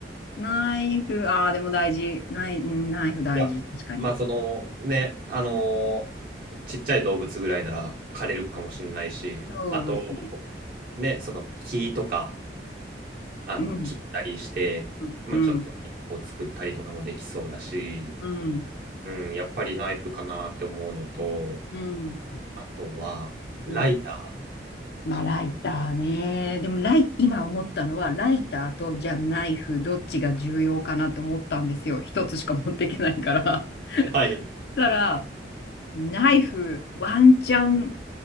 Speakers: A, on the left (about 60°); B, on the right (about 50°).
A: ナイフ、ああ、でも大事。ナイ、うんナイフ大事。
B: いや、
A: 確かに。
B: まあ、その、ね、あのーちっちゃい動物ぐらいなら枯れるかもしれないし、
A: そうですね。
B: あと、ね、その木とか、あの、
A: うん。
B: 切ったりして、
A: うん。
B: まあ、
A: うん。
B: ちょっとね、こう作ったりとかもできそうだし、
A: うん。
B: うん、やっぱりナイフかなって思うのと、
A: うん。
B: あとは、ライター。
A: うん。まあ、ライターね。でもライ、今思ったのは、ライターと、じゃあナイフ、どっちが重要かなって思ったんですよ。一つしか持っていけないから。
B: はい。
A: そしたら、ナイフ、ワンチャン